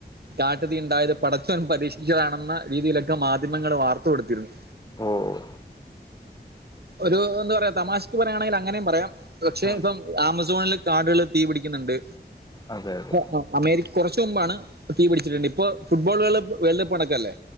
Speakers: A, on the right; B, on the left.
A: കാട്ടുതീ ഉണ്ടായത് പടച്ചവൻ പരീക്ഷിച്ചതാണെന്ന രീതിയിലൊക്കെ മാധ്യമങ്ങള് വാർത്ത കൊടുത്തിരുന്നു
B: ഓഹ്
A: ഒരു എന്താ പറയാ തമാശക്ക് പറയുകയാണെങ്കിൽ അങ്ങനെയും പറയാം പക്ഷെ
B: ഉം,
A: ഇപ്പം ആമസോൺല് കാടുകള് തീ പിടിക്ക്ന്ന്ണണ്ട്.
B: അതെ അതെ
A: ആഹ് ആ അമേരിക് കൊറച്ച് മുമ്പാണ് തീ പിടിച്ചിട്ടുണ്ട് ഇപ്പൊ ഫുട്ബോള ള് വേൾഡ് അപ്പ് അട്ക്കല്ലേ?